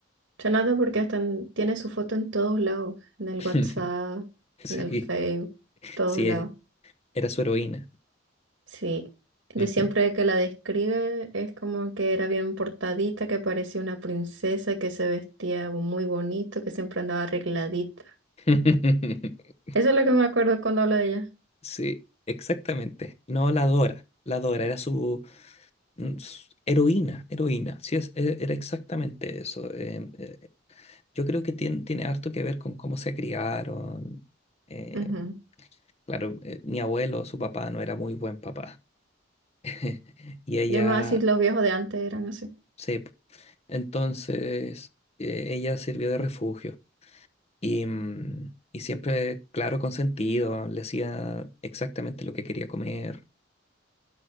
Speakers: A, on the right (about 85°); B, on the left (about 30°).
A: Se nota porque hasta en- tiene su foto en todos lados, en el
B: <laughs>
A: WhatsApp,
B: Sí,
A: en el Facebook, todos
B: sí,
A: lados.
B: e- era su heroína.
A: Sí, de
B: Ujú.
A: siempre que la describe es como que era bien portadita, que parecía una princesa, que se vestía muy bonito, que siempre andaba arregladita.
B: <laughs>
A: Eso es lo que me acuerdo cuando habla de ella.
B: Sí, exactamente. No, la adora, la adora, era su, mm, su heroína, heroína. Sí, es, e- era exactamente eso. em, eh, Yo creo que tiene, tiene harto que ver con cómo se criaron. Eh,
A: Ujú.
B: claro, eh, mi abuelo, su papá no era muy buen papá. <laughs> Y ella
A: Y Además, así los viejos de antes eran así.
B: se... Entonces, eh, ella sirvió de refugio. Y, mm, y siempre, claro, consentido, le hacía exactamente lo que quería comer.